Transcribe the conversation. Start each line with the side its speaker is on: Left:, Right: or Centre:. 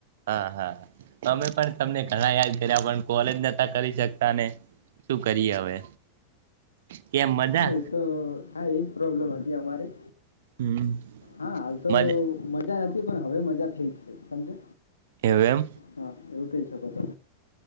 Right: હા, હા અમે પણ તમને ઘણા, યાદ કર્યા પણ કોલેજ નતા કરી શકતા ને, શું કરીએ હવે કેમ મજા
Left: હા, એ તો હા એજ પ્રોબ્લેમ હતી, અમારી
Right: હમ
Left: હા હાલ તો
Right: મજા
Left: મજા નથી પણ હવે મજા થઈ જ છે, તમને?
Right: એવ એમ
Left: હા એવું કહી શકો તમે